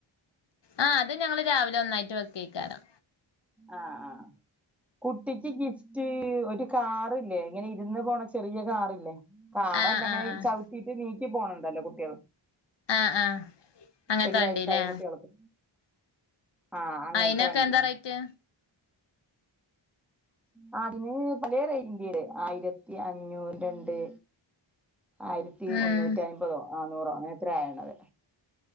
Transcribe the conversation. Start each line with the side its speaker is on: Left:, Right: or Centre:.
Left: ആ അത് ഞങ്ങള് രാവിലെ ഒന്നായിട്ട് വെക്കേക്കാരം.
Centre: ആഹ് ആഹ്. കുട്ടിക്ക് ഗിഫ്റ്റ് ഒരു കാറ്ല്ലേ ഇങ്ങനെ ഇരുന്ന് പോണ ചെറിയ കാറ്ല്ലേ. കാറല്ല
Left: ആഹ്
Centre: ഇങ്ങനെ
Left: ആഹ് ആഹ്
Centre: ചവിട്ടിട്ട് നീക്കി പോണണ്ടല്ലോ കുട്ട്യള്
Left: ആഹ് ആഹ് അങ്ങനത്തെ
Centre: ഒരു
Left: വണ്ടില്ലേ
Centre: വയസായ കുട്ട്യള്ക്ക്. ആഹ് അങ്ങനത്തെ
Left: അയിനൊക്കെ
Centre: വണ്ടിയാണ്.
Left: എന്താ റേറ്റ്
Centre: ആഹ് അതിന് പലേ റൈഞ്ച്ലെ ആയിരത്തി അഞ്ഞൂറ്ന്റെണ്ട്. ആയിരത്തി
Left: ഉം
Centre: മുന്നൂറ്റി അയ്മ്പതോ നാന്നൂറോ അങ്ങനെ എത്ര ആയണത്.